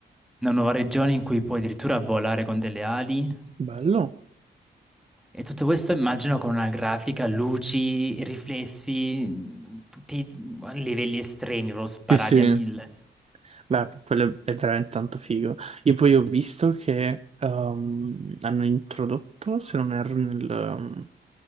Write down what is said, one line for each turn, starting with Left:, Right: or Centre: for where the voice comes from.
Centre: una nuova regione in cui puoi addirittura volare con delle ali.
Right: bello.
Centre: E tutto questo immagino con una grafica, luci, riflessi, tutti a livelli estremi, proprio sparati
Right: Sì, sì.
Centre: a mille.
Right: Beh, quello è veramente tanto figo. Io poi ho visto che ehm, hanno introdotto, se non erro, nel, ehm,